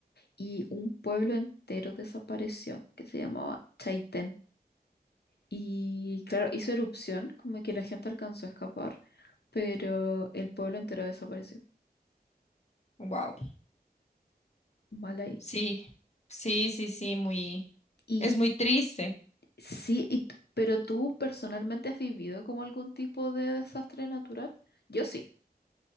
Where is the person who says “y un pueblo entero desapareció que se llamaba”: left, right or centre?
Left